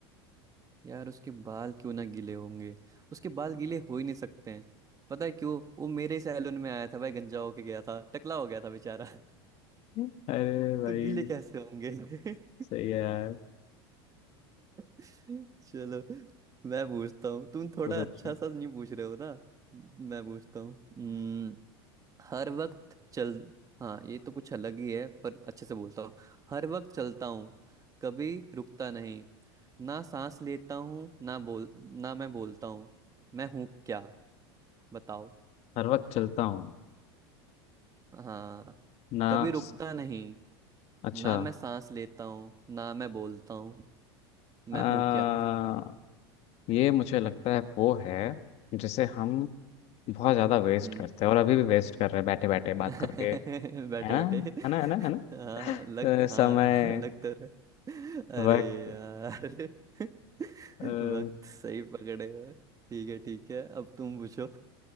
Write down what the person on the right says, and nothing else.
यार उसके बाल क्यों ना गीले होंगे उसके बाल गीले हो ही नहीं सकते हैं पता है क्यों वो मेरे ही सैलून में आया था भाई गंजा होके गया था टकला हो गया था बेचारा <laughs>
तो गीले कैसे होंगे <laughs>
चलो मैं पूछता हूँ तुम थोड़ा
अच्छा
सा नहीं पूछ रहे हो ना मैं पूछता हूँ हम्म, हर वक्त चल हाँ ये तो कुछ अलग ही है पर अच्छे से बोलता हूँ हर वक्त चलता हूँ कभी रुकता नहीं ना सांस लेता हूँ ना बोल ना मैं बोलता हूँ मैं हूँ क्या बताओ
हाँ
कभी रुकता नहीं
ना मैं सांस लेता हूँ ना मैं बोलता हूँ मैं
हूँ क्या
हम्म
<laughs> बैठे
बैठे
हाँ लग
हाँ लग तो रहा अरे
यार <laughs>
वक्त सही पकड़े हो ठीक है ठीक है अब तुम पूछो